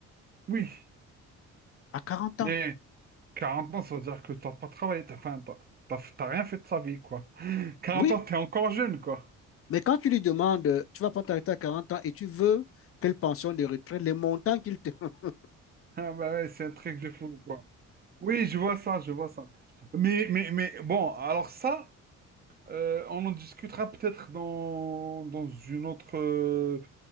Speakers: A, on the right (about 30°); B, on the left (about 50°).
A: Oui.
B: À 40 ans,
A: Mais Quarante ans, ça veut dire que t'as pas travaillé, t'as enfin, t'as- t'as- t'as rien fait de sa vie, quoi. <laughs> Quarante
B: oui.
A: ans, t'es encore jeune, quoi.
B: Mais quand tu lui demandes, tu vas prendre ta retraite à 40 ans et tu veux quelle pension de retraite, les montants qu'il te... <laughs>
A: Ah bah ouais, c'est un truc de fou, quoi. Oui, je vois ça, je vois ça. Mais, mais, mais bon, alors ça, euh, on en discutera peut-être dans, dans une autre euh,